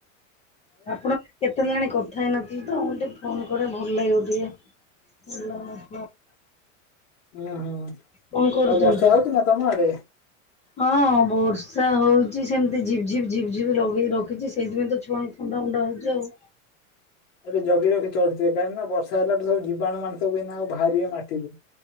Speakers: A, on the left; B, on the left.
A: ଆପଣ କେତେ ଦିନ ହେଲାଣି କଥା ହେଇନଥିଲଥିଲେ ତ ଟିକେ ଫୋନ କରେ ଭଲ ଲାଗିବ ଟିକେ। <unintelligible>
B: ଉୁଁ ହୁଁ ଆଉ
A: କଣ କରୁଛନ୍ତି?
B: ବର୍ଷା ହଉଛି ନା ତମ ଆଡେ।
A: ହଁ ବର୍ଷା ହଉଛିି ସେମି ଝିପ ଝିପ୍ ଝିପଝି ଲଗେଇ ରଖିଛି ସେଇଥିପଁ ତ ଛୁଆ ମୁଣ୍ଡା ମୁୁଣ୍ଡା ହେ ଯୋଉ
B: ଏବେ ଜଗି ରଖି ଚଳୁିଥିବେ କାହିକି ନା ବର୍ଷା ହେଲାଟୁ ସବୁ ଜୀବାଣୁ ମାନେ ଆ ବାହାରିବେ ମାଟିରୁ।